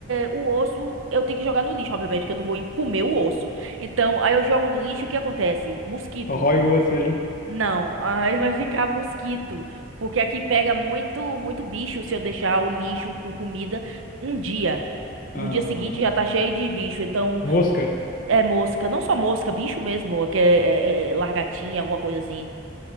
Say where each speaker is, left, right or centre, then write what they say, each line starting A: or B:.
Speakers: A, on the right; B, on the left.
A: o osso eu tenho que jogar no lixo, obviamente, porque eu não vou em- comer o osso. Então, aí eu jogo no lixo, e o que acontece? Mosquito.
B: Arrói o osso aí.
A: Não, aí vai ficar mosquito, porque aqui pega muito, muito bicho se eu deixar o lixo com comida um dia. No
B: ah,
A: dia seguinte já tá cheio de bicho, então
B: mosca.
A: é mosca, não só mosca, bicho mesmo, que é, é- é é largatinha, alguma coisa assim.